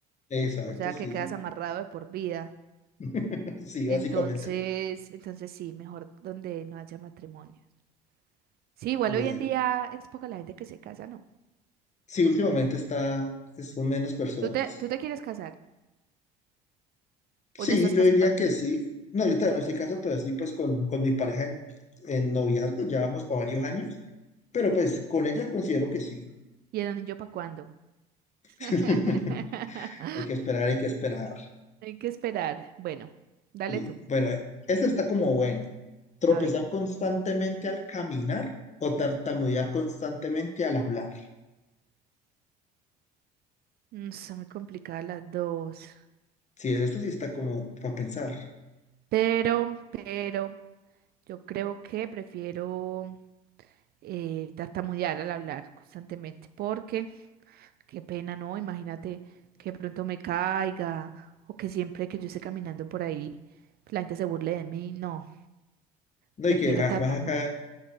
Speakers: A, on the left; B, on the right.
A: exacto,
B: O sea,
A: sí,
B: que quedas amarrado de por vida.
A: <laughs> sí, básicamente.
B: Entonces, entonces sí, mejor donde no haya matrimonios. Sí, igual
A: Bueno,
B: hoy en día es poca la gente que se casa, ¿no?
A: sí, últimamente está, son menos personas.
B: ¿Tú te, tú te quieres casar?
A: Sí,
B: ¿O ya estás
A: yo
B: casado?
A: diría que sí. No, yo todavía no estoy casado, pero sí, pues con, con mi pareja en, en noviazgo, ya vamos por varios años, pero pues con ella considero que sí.
B: ¿Y el anillo para cuándo?
A: <laughs>
B: <laughs>
A: Hay que esperar, hay que esperar.
B: Hay que esperar. Bueno, dale
A: Sí.
B: tú.
A: Bueno, esa está como buena. Tropezar
B: A ver.
A: constantemente al caminar o tartamudear constantemente al hablar.
B: Mm, Está muy complicada las dos.
A: Sí, esto sí está como para pensar.
B: Pero, pero, yo creo que prefiero eh, tartamudear al hablar constantemente. Porque Qué pena, ¿no? Imagínate que de pronto me caiga o que siempre que yo esté caminando por ahí la gente se burle de mí. No,
A: No,
B: prefiero
A: y que además
B: tartamudear.
A: acá,